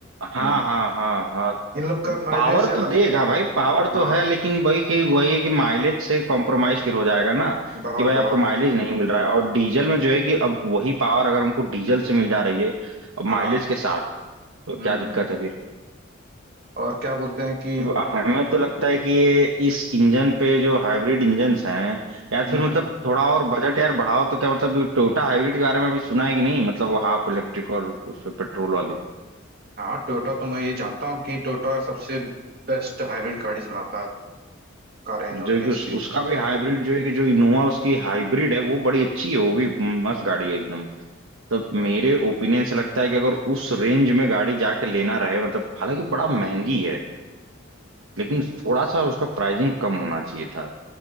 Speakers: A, on the right; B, on the right.
A: हाँ
B: हम्म
A: हाँ हाँ हाँ
B: इन लोग का माइलेज
A: पावर तो देगा भाई पावर
B: हाँ
A: तो है लेकिन वही कि वही है कि माइलेज से कॉम्प्रोमाइज फिर हो जाएगा ना
B: बहुत
A: कि भाई
B: बहुत
A: आपको माइलेज नहीं मिल रहा है और डीजल में जो है कि अब वही पावर अगर हमको डीजल से मिल जा रही है अब
B: हाँ
A: माइलेज के साथ तो क्या
B: हम्म
A: दिक्कत
B: हम्म
A: है फिर
B: और क्या बोलते हैं कि
A: अब हमें तो लगता है कि ये इस इंजन पे जो हाइब्रिड इंजन्स हैं यार
B: हम्म
A: फिर मतलब थोड़ा और बजट यार बढ़ाओ तो क्या मतलब टोयोटा हाइब्रिड के बारे में अभी सुना है कि नहीं मतलब वो हाफ इलेक्ट्रिक और उस पे पेट्रोल वाली
B: हाँ टोयोटा तो मैं ये जानता हूँ कि टोयोटा सबसे बेस्ट हाइब्रिड गाड़ीज बनाता है कारें
A: जो
B: जो होती हैं
A: कि
B: इसकी
A: उस, उसका भी हाइब्रिड जो है कि जो इनोवा उसकी हाइब्रिड है वो बड़ी अच्छी है वो भी मस्त गाड़ी है एकदम तब मेरे ओपिनियन से लगता है कि अगर उस रेंज में गाड़ी जाके लेना रहे मतलब हालांकि बड़ा महंगी है लेकिन थोड़ा सा उसका प्राइसिंग कम होना चाहिए था